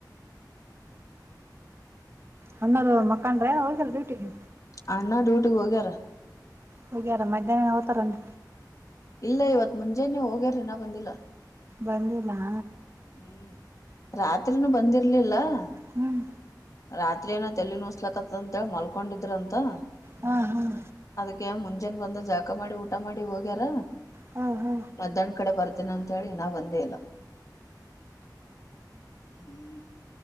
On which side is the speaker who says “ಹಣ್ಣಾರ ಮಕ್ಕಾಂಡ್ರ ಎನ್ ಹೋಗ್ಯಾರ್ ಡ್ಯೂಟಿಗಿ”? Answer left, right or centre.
Right